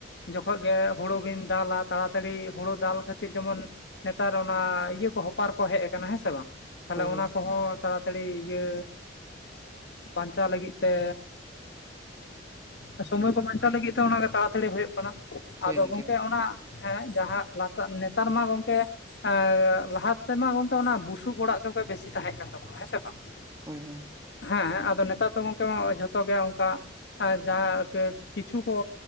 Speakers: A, on the left; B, on the right.
A: ᱡᱚᱠᱷᱚᱡ ᱜᱮ ᱦᱩᱲᱩ ᱵᱤᱱ ᱫᱟᱞᱟ ᱛᱟᱲᱟᱛᱟᱲᱤ ᱦᱩᱲᱩ ᱫᱟᱞ ᱠᱷᱟᱹᱛᱤᱨ ᱡᱮᱢᱚᱱ ᱱᱮᱛᱟᱨ ᱚᱱᱟ ᱤᱭᱟᱹ ᱠᱚ ᱦᱚᱯᱟᱨ ᱠᱚ ᱦᱮᱡ ᱟᱠᱟᱱᱟ, ᱦᱮᱸ ᱥᱮ ᱵᱟᱝ ᱾ ᱛᱟᱦᱚᱞᱮ
B: ᱦᱳᱭ ᱦᱳᱭ
A: ᱚᱱᱟ ᱠᱚᱦᱚᱸ ᱛᱟᱲᱟᱛᱟᱲᱤ ᱤᱭᱟᱹ ᱵᱟᱧᱪᱟᱣ ᱞᱟᱹᱜᱤᱫ ᱛᱮ ᱮ ᱥᱚᱢᱚᱭ ᱠᱚ ᱵᱟᱧᱪᱟᱣ ᱞᱟᱹᱜᱤᱫ ᱛᱮ ᱚᱱᱟᱜᱮ ᱛᱟᱲᱟᱛᱟᱹᱲᱤ ᱦᱩᱭᱩᱜ ᱠᱟᱱᱟ ᱾
B: ᱦᱳᱭ
A: ᱟᱫᱚ
B: ᱜᱚᱝᱠᱮ
A: ᱜᱚᱢᱠᱮ ᱚᱱᱟ ᱦᱮᱸ ᱡᱟᱦᱟᱸ ᱞᱟᱛᱟᱨ ᱱᱮᱛᱟᱨ ᱢᱟ ᱜᱚᱢᱠᱮ ᱮᱸ ᱞᱟᱦᱟ ᱛᱮᱢᱟ ᱜᱚᱝᱠᱮ ᱚᱱᱟ ᱵᱩᱥᱩᱵ ᱚᱲᱟᱜ ᱜᱮ ᱵᱮᱥᱤ ᱛᱟᱦᱮᱸ ᱠᱟᱱ ᱛᱟᱵᱚᱱᱟ ᱦᱮᱸ ᱥᱮ ᱵᱟᱝ ᱾
B: ᱦᱳᱭ ᱦᱳᱭ ᱾
A: ᱦᱮᱸ ᱟᱫᱚ ᱱᱮᱛᱟᱨ ᱫᱚ ᱜᱚᱝᱠᱮ ᱢᱟ ᱡᱷᱚᱛᱚ ᱜᱮ ᱚᱱᱠᱟ ᱟᱨ ᱡᱟᱦᱟᱸ ᱠᱤᱪᱷᱩ ᱠᱚ